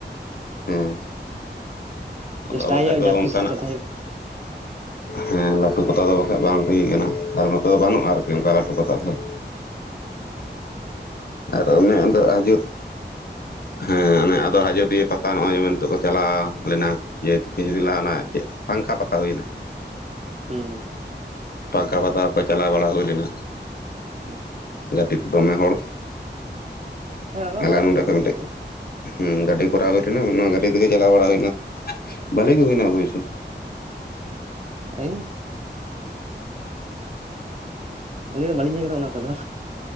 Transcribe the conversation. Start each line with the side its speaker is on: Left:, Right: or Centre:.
Left: ᱦᱮᱸ ᱟᱫᱚ
Right: ᱪᱮᱥᱴᱟᱭ
Left: ᱵᱟᱠᱷᱟᱡ
Right: ᱦᱩᱭᱩᱜᱼᱟ
Left: ᱫᱚ
Right: ᱡᱟᱦᱟ ᱛᱤᱥ
Left: ᱚᱱᱠᱟᱱᱟᱜ
Right: ᱪᱟᱞᱟᱜ ᱦᱩᱭᱩᱜᱼᱟ
Left: ᱦᱮᱸ ᱞᱟᱹᱴᱩ ᱯᱟᱛᱟ ᱫᱚ ᱵᱟᱠᱷᱟᱡ ᱵᱟᱝ ᱦᱩᱭ ᱟᱠᱟᱱᱟ ᱟᱨ ᱱᱚᱛᱮ ᱫᱚ ᱵᱟᱹᱱᱩᱜᱼᱟ ᱟᱨᱠᱤ ᱚᱱᱠᱟ ᱞᱟᱹᱴᱩ ᱯᱟᱛᱟ ᱫᱚ ᱦᱟᱸᱜ
Right: ᱚ
Left: ᱟᱨ ᱚᱱᱮ ᱚᱸᱰᱮ ᱟᱡᱚᱫ.....
Right: ᱦᱩᱸ
Left: ᱦᱮᱸ ᱚᱱᱮ ᱟᱫᱚ ᱟᱡᱚᱫᱤᱭᱟᱹ ᱯᱟᱛᱟ ᱱᱚᱜᱼᱚᱭ ᱡᱮᱢᱚᱱ ᱱᱤᱛᱚᱜ ᱠᱚ ᱪᱟᱞᱟᱣ-ᱟ ᱞᱮᱱᱟᱠ.. ᱤᱭᱟᱹ ᱠᱤᱪᱷᱩ ᱫᱤᱱ ᱞᱟᱦᱟᱱᱟᱜ ᱪᱮᱫ ᱯᱟᱸᱠᱷᱟ ᱯᱟᱛᱟ ᱦᱩᱭ ᱮᱱᱟ
Right: ᱦᱩᱸ ᱦᱩᱸ
Left: ᱯᱟᱸᱠᱷᱟ ᱯᱟᱛᱟ ᱦᱚᱸ ᱠᱚ ᱪᱟᱞᱟᱣ ᱵᱟᱲᱟ ᱦᱩᱭ ᱞᱤᱱᱟ
Right: ᱚ
Left: ᱜᱟᱹᱰᱤ ᱛᱮ ᱫᱚᱢᱮ ᱦᱚᱲ
Right: ᱦᱮᱸ ᱚᱱᱟ ᱠᱚ
Left: ᱟᱞᱮ
Right: ᱦᱚᱲᱚᱜ
Left: ᱱᱚᱸᱰᱮ
Right: ᱟᱠᱚ
Left: ᱠᱷᱚᱱ
Right: ᱵᱷᱟᱜᱮ
Left: ᱢᱤᱫᱴᱮᱡ
Right: ᱜᱮ
Left: ᱦᱩᱸ ᱜᱟᱹᱰᱤ ᱠᱚᱨᱟᱣ ᱦᱩᱭ ᱞᱮᱱᱟ ᱚᱱᱟ ᱜᱟᱹᱰᱤ ᱛᱤᱜᱤ ᱪᱟᱞᱟᱣ ᱵᱟᱲᱟ ᱦᱩᱭᱱᱟ ᱵᱷᱟᱞᱮ ᱜᱤ ᱦᱩᱭᱱᱟ ᱚᱵᱚᱭᱥᱚ <inaudible>
Right: <unintelligible> ᱟᱹᱞᱤᱧ ᱫᱚ ᱵᱟᱹᱞᱤᱧ ᱧᱮᱞ ᱟᱠᱟᱫᱟ ᱚᱱᱟ ᱠᱚᱫᱚ